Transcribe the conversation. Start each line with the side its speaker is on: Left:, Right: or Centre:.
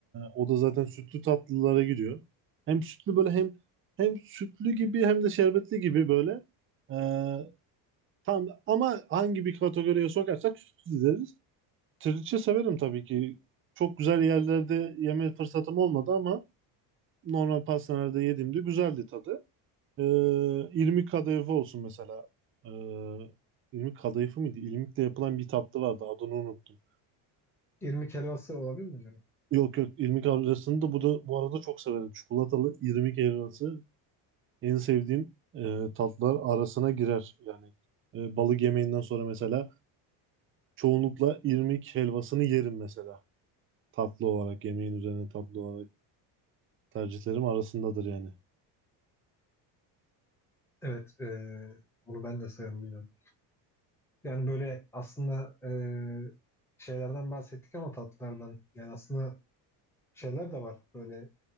Right: o da zaten sütlü tatlılara giriyor. Hem sütlü böyle hem hem sütlü gibi hem de şerbetli gibi böyle. Ee, tam ama hangi bir kategoriye sokarsak sütlü deriz. Trileçe severim tabii ki. Çok güzel yerlerde yeme fırsatım olmadı ama normal pastanelerde yediğimde güzeldi tadı. Ee, irmik kadayıfı olsun mesela. Ee, irmik kadayıfı mıydı? İrmikle yapılan bir tatlı vardı. Adını unuttum.
Centre: İrmik helvası olabilir mi acaba?
Right: Yok yok irmik helvasını da bu da bu arada çok severim. Çikolatalı irmik helvası en sevdiğim e, tatlar arasına girer. Yani e, balık yemeğinden sonra mesela çoğunlukla irmik helvasını yerim mesela. Tatlı olarak yemeğin üzerine tatlı olarak tercihlerim arasındadır yani.
Centre: Evet. E, onu ben de severim biliyorum. Yani böyle aslında e, şeylerden bahsettik ama tatlılardan. Yani aslında şeyler de var. Böyle